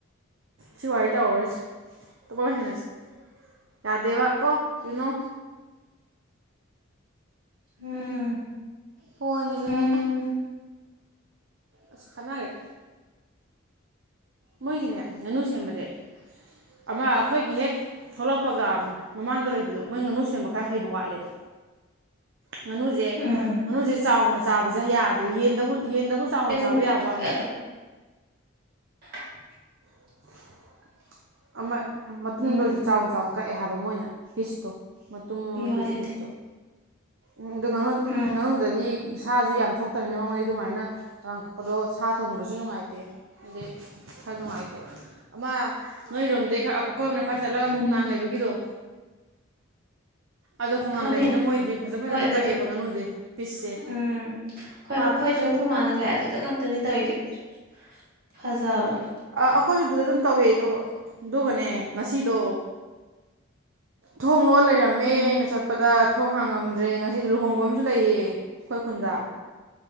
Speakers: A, on the right; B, on the right.
A: ꯁꯤ ꯋꯥꯔꯤ ꯇꯧꯔꯔꯣꯏꯁꯦ ꯑꯇꯣꯞꯄ ꯋꯥꯔꯤ ꯁꯥꯟꯅꯁꯤ ꯌꯥꯗꯦꯕ ꯀꯣ ꯌꯨꯅꯣ
B: ꯎꯝ
A: ꯐꯣꯟꯁꯤꯁꯨꯅꯦ
B: ꯎꯝ
A: ꯑꯁ ꯈꯠꯅꯒ꯭ꯔꯦ ꯃꯣꯏꯒꯤꯅꯦ ꯉꯥꯅꯨ ꯁꯦꯝꯕꯁꯦ ꯑꯃ ꯑꯩꯈꯣꯏꯒꯤ ꯍꯦꯛ ꯊꯣꯛꯂꯛꯄꯒ ꯃꯃꯥꯡꯗ ꯂꯩꯕꯗꯣ ꯃꯣꯏ ꯉꯥꯅꯨ ꯁꯦꯝꯕ ꯈꯔ ꯍꯩꯕ ꯋꯥꯠꯂꯦꯕ
B: <inaudible>
A: ꯉꯥꯅꯨꯁꯦ
B: ꯎꯝ
A: ꯉꯥꯅꯨꯁꯦ ꯆꯥꯎꯅ ꯆꯥꯕꯁꯦ ꯌꯥꯗꯦꯕ ꯌꯦꯟꯗꯕꯨ ꯌꯦꯟꯗꯕꯨ ꯆꯥꯎꯅ
B: ꯀꯩꯟ
A: ꯆꯥꯕ ꯌꯥꯕ ꯋꯥꯅꯦꯕ
B: ꯑ <inaudible>
A: <inaudible> ꯑꯃ ꯃꯇꯨꯝꯗꯣ
B: ꯎꯝ
A: <unintelligible> ꯆꯥꯎ ꯆꯥꯎꯅ ꯀꯛꯑꯦ ꯍꯥꯏꯕ ꯃꯣꯏꯅ ꯄꯤꯁꯇꯣ ꯃꯇꯨꯝ ꯑꯃ
B: ꯌꯥꯗꯦ
A: ꯄꯤꯁ
B: ꯌꯥꯗꯦ
A: ꯄꯤꯁꯇꯣ ꯎ ꯑꯗꯨ ꯉꯥꯅꯨ
B: ꯎꯝ
A: ꯉꯥꯅꯨꯗꯗꯤ ꯏꯁꯥꯁꯨ ꯌꯥꯝ ꯊꯣꯛꯇꯃꯤꯅ ꯃꯉꯣꯟꯗ ꯑꯗꯨꯃꯥꯏꯅ <unintelligible> ꯀꯛꯄꯗꯣ ꯁꯥ ꯊꯪꯕꯗꯁꯨ ꯅꯨꯡꯉꯥꯏꯇꯦ ꯑꯗꯩ ꯈꯔ ꯅꯨꯡꯉꯥꯏꯇꯦꯕ ꯑꯃ ꯅꯣꯏꯔꯣꯝꯗꯩ ꯈꯔ ꯑꯩꯈꯣꯏꯔꯣꯝꯅ ꯈꯔ ꯆꯠꯂꯒ
B: ꯃꯨꯟ
A: ꯈꯣꯡꯅꯥꯡ ꯂꯩꯕꯒꯤꯗꯣ ꯑꯗꯣ ꯈꯣꯡꯒꯥꯡ
B: ꯈꯪꯉꯦ
A: ꯂꯩꯕꯤꯗꯣ ꯃꯣꯏꯗꯤ ꯐꯖ ꯐꯖꯅ
B: ꯍꯣꯏ ꯑꯗꯨꯗꯣ
A: ꯀꯛꯑꯦꯕ ꯉꯥꯅꯨꯁꯦ ꯄꯤꯁꯁꯦ
B: ꯎꯝ <unintelligible> ꯑꯩꯈꯣꯏ ꯃꯥꯅꯅꯦ ꯑꯗꯨꯗ ꯉꯥꯛꯇꯅꯤ ꯇꯧꯔꯤꯁꯦ ꯈꯣꯏꯁꯨ ꯐꯖꯕꯅꯦ
A: ꯑ ꯑꯩꯈꯣꯏꯁꯨ ꯑꯗꯨꯗ ꯑꯗꯨꯝ ꯇꯧꯋꯦ ꯗꯣ ꯗꯣꯒꯅꯦ ꯑꯗꯨꯒꯅꯦ ꯉꯁꯤꯗꯣ ꯊꯣꯡ ꯂꯣꯜ ꯂꯩꯔꯝꯃꯦ
B: ꯎꯝ
A: ꯑꯩꯅ ꯆꯠꯄꯗ ꯊꯣꯡ ꯍꯥꯡꯉꯝꯗ꯭ꯔꯦ ꯉꯁꯤꯗꯤ ꯂꯨꯍꯣꯡꯕ ꯑꯃꯁꯨ ꯂꯩꯌꯦ ꯑꯩꯈꯣꯏ ꯈꯨꯟꯗ